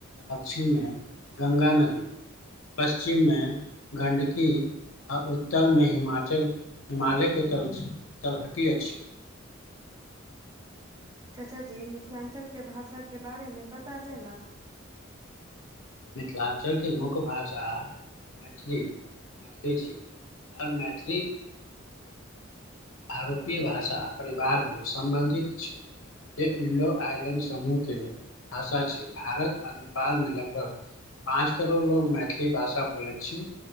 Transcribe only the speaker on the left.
अक्षिणमे गङ्गा नदी। पश्चिममे गण्डकी। आ उत्तरमे हिमाचल, हिमालयके तल- तलहटी अछि।
मिथिलाक्षर के मुख्य भाषा। मैथिली-मैथिली छी, अब मैथिली आरोपीय भाषा परिवार में सम्बन्धित छी। जे इंडो आयरन समूह के भाषा छै, भारत आ नेपाल में लगभग पाँच करोड़ लोग मैथिली भाषा बोलैत छी,